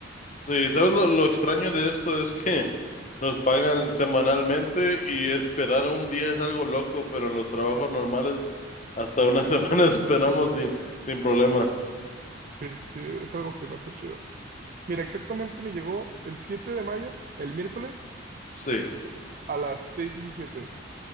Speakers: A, on the left; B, on the right.
A: sí. ¿Sabes lo, lo extraño de esto? Es que <laughs> nos pagan semanalmente y esperar un día es algo loco, pero en los trabajos normales hasta una <laughs> semana esperamos sin, sin problema.
B: sí, sí, es algo que no está chido. Mira, exactamente me llegó el 7 de mayo, el miércoles,
A: Sí,
B: a las 6:17.